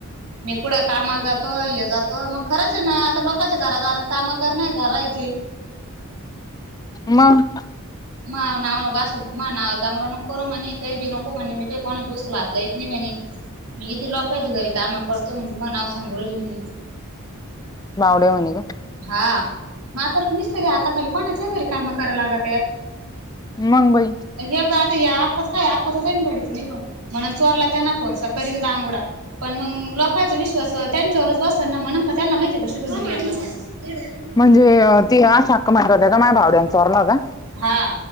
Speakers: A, on the right (about 85°); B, on the left (about 15°).
A: मी कुड कामाला जात तो हे जातो मग खरंच आहे ना आता लोकांच्या घरा दरात कामं कर नाही धरायची.
B: मग
A: माळ. नाव वासू महा ना दमड नको करू म्हणे काही बी नको म्हणे मी काही कोणाच वस्तू ला हात लावीत नाही म्हणे. मी इथे लोकायच्या घरी काम करतो. म्हने महना सांगू राहिली म्हणे.
B: बावडया म्हणे ग.
A: हा मग आता मिस्तरी हाता खाली कोणाच्या ही घरी काम कराव लागत्या.
B: मंग बई.
A: एकदा आता या आक्काचं काय आक्काचं जाईन बॉडीच निघून म्हणन चोरला त्यांन फोन त करिन दानगोडा. पण मग लोकांचा विश्वास त्यांच्यावरच बसल ना म्हण का त्यांना माहिती आहे कशी बजून घेतलं म्हणून ह <unintelligible>
B: म्हणजे ती आशा आक्का म्हणत होत्या का माया भावड्याने चोरला होता.
A: हा